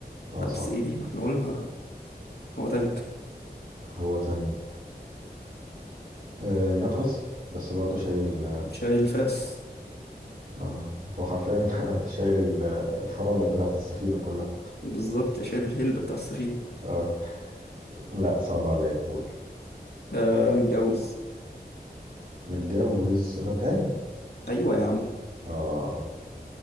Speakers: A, on the right (about 60°); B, on the left (about 75°).
A: اه
B: لا
A: صح
B: بس اي بي ما احنا قلنا هو تانك
A: هو تاني أه ناتولس بس برضه شايل
B: شايل الفاس
A: آه هو حرفيا <laughs> شايل ال- الفرامل بتاعت السفينة كلها
B: بالظبط شايل الهلب بتاع السفينه
A: آه لا صعب عليا قول
B: آه متجوز
A: متجوز ركان
B: ايوه يا عم
A: اه